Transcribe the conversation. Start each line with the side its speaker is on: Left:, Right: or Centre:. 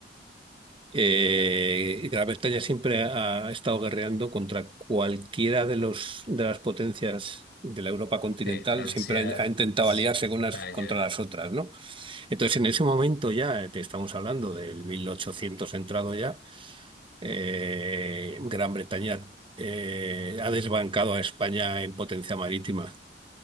Right: Eh, y Gran Bretaña siempre ha, estado guerreando contra cualquiera de los de las potencias de la Europa continental,
Left: Sí, Francia,
Right: siempre ha, ha intentado
Left: España.
Right: aliarse con unas contra las otras, ¿no? Entonces, en ese momento ya, eh, te estamos hablando del 1800 entrado ya, eh, Gran Bretaña eh, ha desbancado a España en potencia marítima.